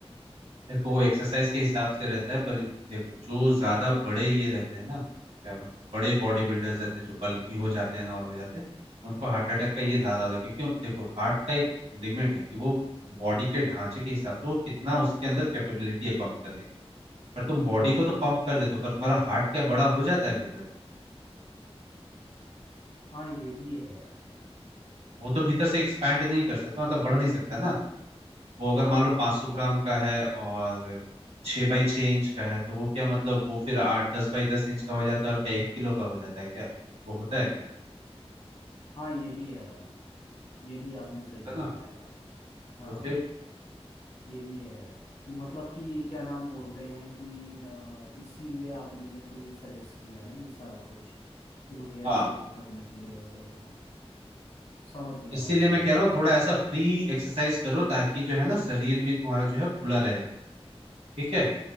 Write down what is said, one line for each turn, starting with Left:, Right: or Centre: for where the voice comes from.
Right: देखो वो एक्सरसाइज के हिसाब से रहता है पर देखो जो ज्यादा बड़े ये रहते हैं ना क्या मतलब बड़े बॉडी बिल्डर्स रहते हैं जो बल्की हो जाते हैं ना ऑल हो जाते हैं उनको हार्ट अटैक
Left: हाँ
Right: का ये ज्यादा होता है क्योंकि देखो हार्ट का एक लिमिट है कि वो बॉडी के ढांचे के हिसाब से वो कितना उसके अंदर कैपेबिलिटी है पंप करने की पर तुम बॉडी को तो पंप कर देते हो पर तुम्हारा हार्ट क्या बड़ा हो जाता है भीतर
Left: हाँ ये भी है यार
Right: वो तो भीतर से एक्सपैंड नहीं कर सकता मतलब बढ़ नहीं सकता ना वो अगर
Left: हाँ
Right: मान
Left: हाँ
Right: लो
Left: हाँ
Right: 500
Left: हाँ
Right: ग्राम का है और 6 बाई 6 इंच का है तो वो क्या मतलब वो फिर आठ दस बाई दस इंच का हो जाता है और क्या एक किलो का हो जाता है क्या वो होता है क्या
Left: हाँ ये भी है भाई ये भी आपने
Right: नहीं
Left: सही
Right: होता
Left: बोला
Right: ना
Left: यार हाँ
Right: तो फिर
Left: ये भी है यार कि मतलब कि क्या नाम बोलते हैं कि अ, इसीलिए आपने मेरे को ये सजेस्ट किया ना ये सारा कुछ कि मुझे
Right: हाँ
Left: ऐसे ये करना चाहिए वैसे वो करना चाहिए समझ गया
Right: इसीलिए
Left: भाई समझ
Right: मैं कह रहा
Left: गया
Right: हूँ थोड़ा ऐसा फ्री एक्सरसाइज करो ताकि जो है ना शरीर भी तुम्हारा जो है खुला रहे ठीक है